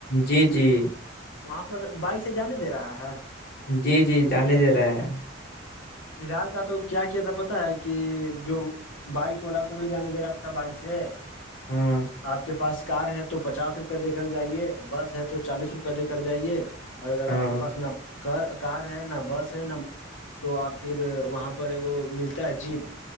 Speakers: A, on the left; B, on the left.
A: جی جی
B: وہاں پر بائک سے جانے دے رہا ہے
A: جی جی جاننے دے رہا ہے
B: فی الحال کا تو کیا کیا تھا پتا ہے کہ جو بائک وولا کو بھی جانے د راب تھا بائک سے
A: ہاں
B: آپ کے پاس کار ہے تو پچاس روپئے دیکھل جائیے بس ہے تو چالیس روپئے پ دے کر جائیے اور اگر
A: ہاں
B: آپ کے پاس نہ ک کار ہے نہ بس ہے نہ تو آپ پھر وہاں پر ایک ملتا ہے جیپ